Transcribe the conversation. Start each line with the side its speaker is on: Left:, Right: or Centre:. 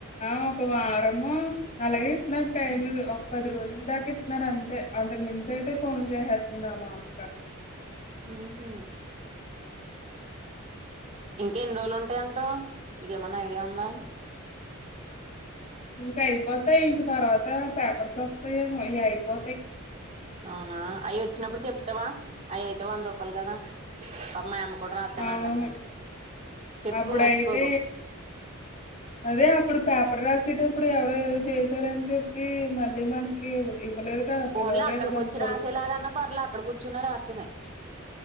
Left: ఆ ఒక వారమొ అలాగే నాక్ టైమ్ ఒక పది రోజుల దాక స్తున్నారు అంతే అంతకు మించ అయితే ఫోన్ చేసేస్తున్నారు మా అక్క
Right: ఊహు ఇంకా ఎన్ని రోజులు ఉంటాయంటో మీకేమన్నా ఐడియా ఉందా,
Left: ఇంక అయిపోతాయ్ ఇంక తర్వాత పేపర్స్ వస్తాయేమో ఇగ అయిపో
Right: అవునా అయ్యో వచ్చినబ్బుడు చెప్తావా అవి అయితే వంద రూపాయలు కదా పాప్ము మా యమ్మ కూడా రాస్తానంటాంది
Left: అవును
Right: అందుకు చెప్పు
Left: అప్పుడైతే
Right: మర్చిపోకు
Left: అదే అప్పుడు పేపర్ రాస్ సేటప్పుడు ఎవరో ఏదో చేశారని చెప్పి మళ్ళీ మనకి ఇవ్వలేదు కదా
Right: ఫోన్లా
Left: పిలవలేదు
Right: అక్కడకొచ్చి
Left: కదా పొరుగు
Right: రాసే లాగన్నా పర్లా అక్కడ గూచ్చున్నా రాత్తది